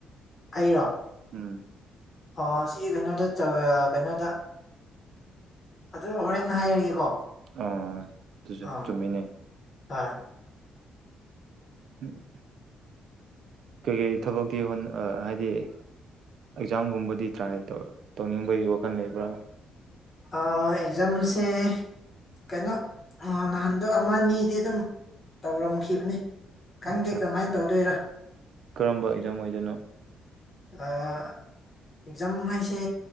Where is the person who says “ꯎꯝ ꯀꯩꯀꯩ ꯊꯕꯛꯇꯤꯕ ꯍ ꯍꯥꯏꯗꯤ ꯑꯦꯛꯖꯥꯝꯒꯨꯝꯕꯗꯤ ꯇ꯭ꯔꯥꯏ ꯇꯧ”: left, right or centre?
Right